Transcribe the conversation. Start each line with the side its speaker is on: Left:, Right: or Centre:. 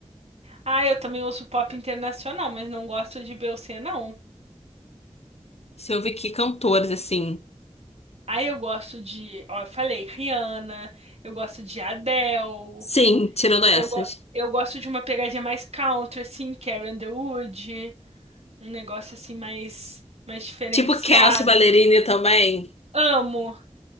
Right: Ah, eu também ouço pop internacional, mas não gosto de Beyoncé, não.
Left: Se eu ouvir que cantores, assim.
Right: Aí eu gosto de, ó, eu falei, Rihanna, eu gosto de Adele,
Left: Sim, tirando essas.
Right: eu, go- eu gosto de uma pegadinha mais country, assim, Carrie Underwood, um negócio assim mais, mais diferenciado.
Left: Tipo Kelsea Ballerini também.
Right: Amo.